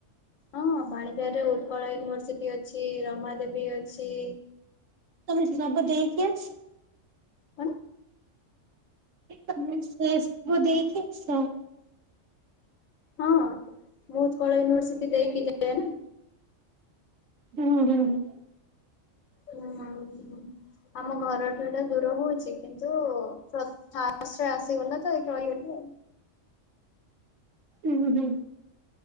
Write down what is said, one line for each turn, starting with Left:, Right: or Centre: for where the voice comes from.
Left: ହଁ, ବାଣୀବିହାରରେ ଉତ୍କଳ ୟୁନିଭରସିଟି ଅଛି, ରମା ଦେବୀ ଅଛି
Right: ତମେ ତ ସବୁ ଦେଇକି ଆସି
Left: କଣ?
Right: ତମେ ସେ ସବୁ ଦେଇକି ସୋ
Left: ହଁ, ମୁଁ ଉତ୍କଳ ୟୁନିଭର୍ସିଟି ଦେଇକି ଯାଏ ନା।
Right: ହୁଁ-ହୁଁଁ-ହୁଁ।
Left: ହୁଁ ଉଁ, ଆମ ଘରଠୁ ଏଟା ଦୂର ହଉଛି କିନ୍ତୁ ପ୍ର ଥା ବସ୍ ରେ ଆସିଗଲା ତ ଏଇଠି ରହିଗଲି ଆଉ।
Right: ଉୁଁ ହୁଁ।